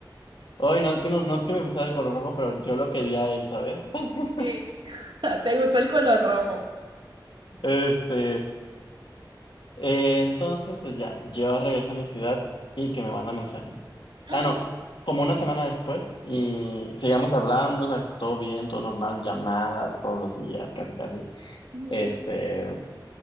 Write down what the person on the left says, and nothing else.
Ay, no es que no, no es que me gustara el color rojo, pero yo lo quería a él, ¿sabes? <laughs>
Este, eh, entonces, pues ya, yo regreso a mi ciudad y que me manda mensaje.
Ah, no, como una semana después y seguíamos hablando, o sea, todo bien, todo normal, llamadas todos los días, casi, casi.
Este,